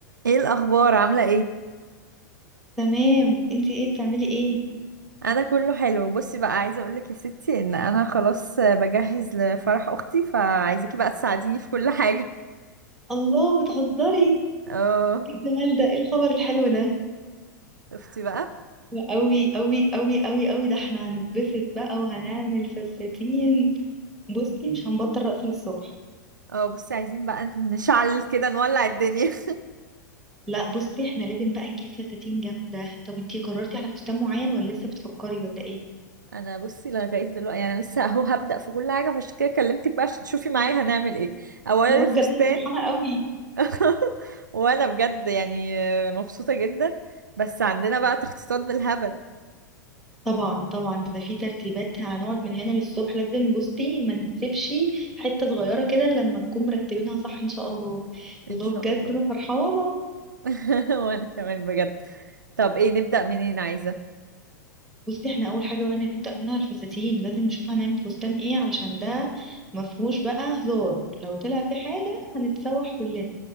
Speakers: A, on the right (about 70°); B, in the centre.
A: ايه الاخبار عامله ايه
B: تمام انتي ايه بتعملي ايه
A: انا كله حلو بصي بقى عايزه اقولك يا ستي ان انا خلاص بجهز لفرح اختي فعايزاكي بقى تساعديني في كل <laughs> حاجه
B: الله بتهزري
A: اه
B: ايه الجمال ده ايه الخبر الحلو ده
A: شفتي بقى
B: وقوي قوي قوي قوي قوي ده احنا هنتبسط بقى وهنعمل فساتين بصي مش هنبطل رقص للصبح
A: اه بصي عايزين بقى نشعل كده نولع الدنيا <laughs>
B: لا بصي احنا لازم بقى نجيب فساتين جامدة طب انتي قررتي على فستان معين ولا لسه بتفكري ولا ايه
A: انا بصي لغايه دلوقتي يعني لسه اهو هبدأ في كل حاجه فعشان كده كلمتك بقى عشان تشوفي معايا هنعمل ايه اولا
B: الله
A: الفستان
B: بجد انا فرحانة قوي
A: <laughs> وانا بجد يعني مبسوطه جدا بس عندنا بقى تخطيطات بالهبل
B: طبعا طبعا ده في ترتيبات هنقعد من هنا للصبح لازم بصي ما نسيبش حتة صغيرة كده لما نكون مرتبينها صح ان شاء الله
A: ان
B: الله
A: شاء
B: بجد
A: الله
B: انا فرحانة
A: <laughs> وانا كمان بجد طب ايه نبدأ منين عايزة
B: بصي احنا اول حاجه بقى نبدا منها الفساتين لازم نشوف هنعمل فستان ايه علشان ده مفهوش بقى هزار لو طلع في حاجه هنتسوح كلنا